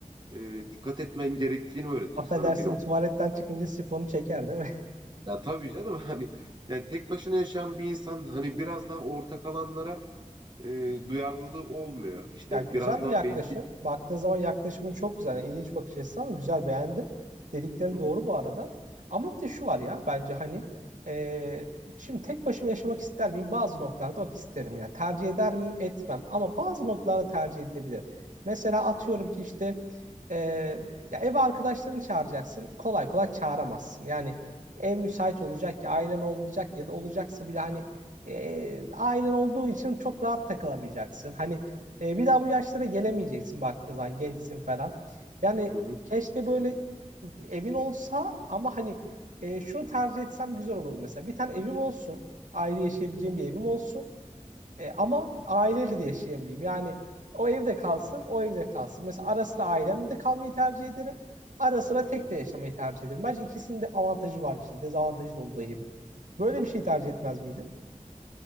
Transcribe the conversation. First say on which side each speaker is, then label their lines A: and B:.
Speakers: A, on the right; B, on the right.
A: e, dikkat etmen gerektiğini öğretiyor
B: Affedersin
A: sana bir noktada.
B: tuvaletten çıkınca sifonu çeker değil mi?
A: Ya tabii canım <laughs> hani yani tek başına yaşayan bir insan hani biraz daha ortak alanlara e, duyarlılığı olmuyor. İşte
B: Ya güzel
A: biraz daha
B: bir yaklaşım.
A: bencil.
B: Baktığın zaman yaklaşımın çok güzel. Yani ilginç bakış açısı ama güzel beğendim. Dediklerin
A: Hı hı,
B: doğru bu arada. Ama bir de şu var ya bence hani e, şimdi tek başıma yaşamak ister miyim? Bazı noktalarda bak isterim yani. Tercih eder miyim? Etmem. Ama bazı noktalarda tercih edilebilir. Mesela atıyorum ki işte e, ya eve arkadaşlarını çağıracaksın. Kolay kolay çağıramazsın. Yani ev müsait olacak ya ailen olmayacak ya da olacaksa bile hani e, ailen olduğu için çok rahat takılamayacaksın. Hani e, bir daha bu yaşlara gelemeyeceksin baktığın zaman gençsin falan. Yani
A: hı hı.
B: keşke böyle evin olsa ama hani e, şunu tercih etsem güzel olurdu mesela. Bir tane evim olsun. Ayrı yaşayabileceğim bir evim olsun. E, ama aileyle de yaşayabileyim. Yani o evde kalsın, o evde kalsın. Mesela ara sıra ailemle de kalmayı tercih ederim. Ara sıra tek de yaşamayı tercih ederim. Bence ikisinin de avantajı var işte. Dezavantajı da olduğu gibi. Böyle bir şey tercih etmez miydin?